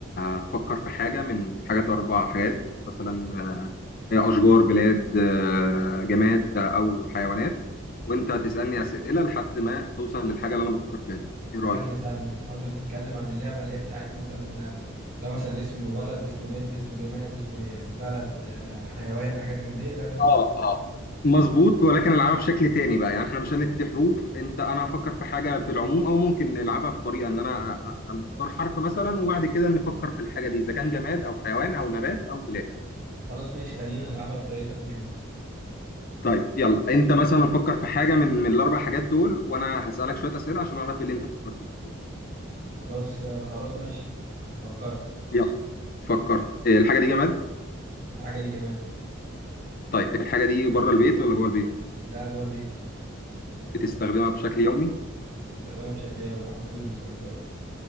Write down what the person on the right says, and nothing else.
ثانية ثانية قصدك بتتكلم عن اللعبة اللي هي بتاعت مثلا آه، لو مثلا اسم ولد اسم بنت اسم جماد اسم بلد آه، حيوان حاجات من دي اللعبة دي
خلاص ماشي خلينا نلعبها بطريقتك ونشوف
خلاص آه، خلاص ماشي فكرت
الحاجة دي جماد
لا جوه البيت
بتستخدمها بشكل يومي على طول باستمرار